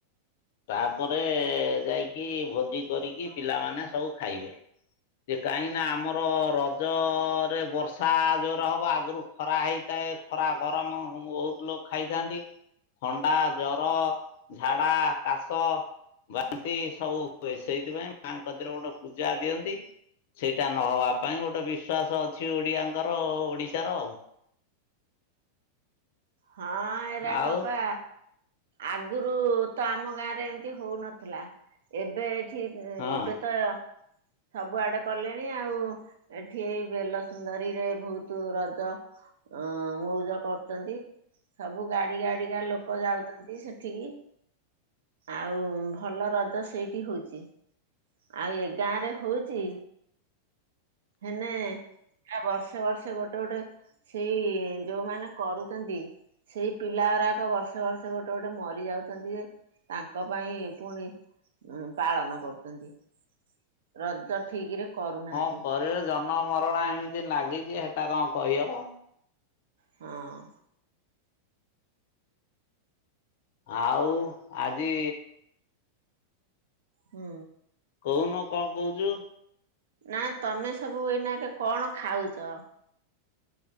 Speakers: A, on the left; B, on the right.
A: ତାପରେ ଯାଇକି ଭୋଜି କରିକି ପିଲାମାନେ ସବୁ ଖାଇବେ। ଯେ କାହିଁକି ଆମର ରଜରେ ବର୍ଷା ଜୋର ହବ, ଆଗରୁ ଖରା ହେଇଥାଏ ଖରା ଗରମ ବୋହୁତ ଲୋକ ଖାଇଥାନ୍ତି। ଥଣ୍ଡା ଜର ଝାଡା କାଶ। ବାନ୍ତି ସବୁ ହୁଏ ସେଇଥିପାଇଁ ମାଙ୍କ କତିରେ ଗୋଟେ ପୂଜା ଦିଅନ୍ତି। ସେଇଟା ନହବା ପାଇଁ ଗୋଟେ ବିଶ୍ଵାସ ଅଛି ଓଡିଆଙ୍କର ଓଡିଶାର ଆଉ।
B: ହଁ
A: ଆଉ।
B: ଏଇରା କପା ଆଗରୁ ତ ଆମ ଗାଁ ରେ ଏମିତି ହୋଉନଥିଲା ଏବେ
A: ଆଉ
B: ଏବେ ତ ସବୁ ଆଡେ କଲେଣି ଆଉ ଏଠି ବେଲ ସୁନ୍ଦରୀରେ ବୋହୁତ ରଜ ହଁ ମଉଜ କରୁଛନ୍ତି ସବୁ ଗାଡି ଗାଡିିକା ଲୋକ ଯାଉଛନ୍ତି ସେଠିକି। ଆଉ ଭଲ ରଜ ସେଇଠି ହଉଛି, ଆଉ ଏ ଗାଁ ରେ ହଉଚି ହେନେ ଆ ବର୍ଷେ ବର୍ଷେ ଗୋଟେ ଗୋଟେ ସେଇ ଯୋଉମାନେ କରୁଚନ୍ତି। ସେଇ ପିଲା ଗୁଡାକ ବର୍ଷେ ବର୍ଷେ ଗୋଟେ ଗୋଟେ ମରି ଯାଉଛନ୍ତି। ତାଙ୍କ ପାଇଁ ପୁଣି ପାଳନ କରୁଛନ୍ତି। ରଜ ଠିକ ରେ କରୁନାହାନ୍ତି
A: ହଁ କରିବେ ଜନ୍ମ ମରଣ ଏମିତି ନାଗିଚି ସେଟା କଣ କହିହେବ।
B: ହଁ।
A: ଆଉ ଆଜି
B: ହୁଁ।
A: କହୁନୁ କଣ କହୁଛୁ?
B: ନା ତମେ ସବୁ ଏଇନା ଏକେ କଣ ଖାଉଛ?